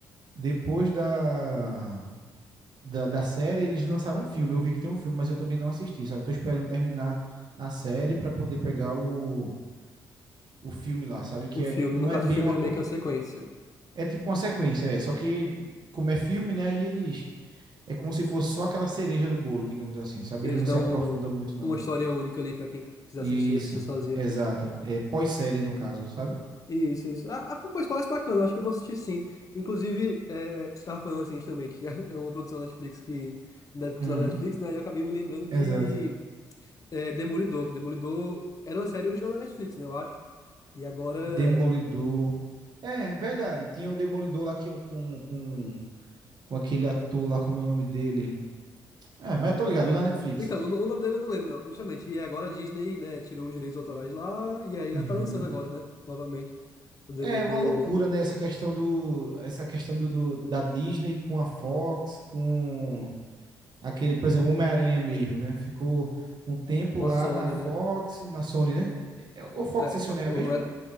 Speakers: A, on the right; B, on the left.
A: depois da da, da série, eles lançaram um filme. Eu vi que tem um filme, mas eu também não assisti, sabe? Tô esperando terminar a série para poder pegar o, o filme lá, sabe? Que
B: o filme,
A: é, não
B: no caso
A: é bem
B: o filme
A: uma
B: é
A: continu...
B: meio que uma sequência.
A: É tipo uma sequência, é. Só que, como é filme, né? E eles. É como se fosse só aquela cereja do bolo, digamos assim, sabe?
B: Eles
A: Eles não se
B: dão
A: aprofundam muito, não.
B: uma história única ali pra quem quiser
A: Isso,
B: assistir, assistir sozinho,
A: exato.
B: né?
A: É pós-série, no caso, sabe?
B: Isso, isso. Ah, ah, pois parece bacana, eu acho que eu vou assistir sim. Inclusive, é, você tava falando assim justamente, <laughs> é uma produção da Netflix que deve continuar
A: Uhum,
B: na Netflix, né? E eu acabei me lembrando de
A: exato.
B: é, Demolidor, que Demolidor era uma série original da Netflix, né? Eu acho. E agora
A: Demolidor. É, verdade. Tinha o Demolidor lá que, com, com, com aquele ator lá, como é o nome dele? É, mas eu tô ligado, o da Netflix.
B: Então, o no- o nome dele eu não lembro, não. Justamente, e agora a Disney, né, tirou os direitos autorais lá, e aí
A: Uhum.
B: ela tá lançando agora, né, novamente, o Demolidor
A: É uma loucura, né? Essa questão do, essa questão do, do- da Disney com a Fox, com aquele, por exemplo, Homem-Aranha mesmo, né? Ficou um tempo
B: com
A: lá
B: a Sony,
A: na Fox,
B: né?
A: na Sony, né? É, Ou Fox
B: É,
A: e Sony é
B: o
A: a mesma?
B: Homem-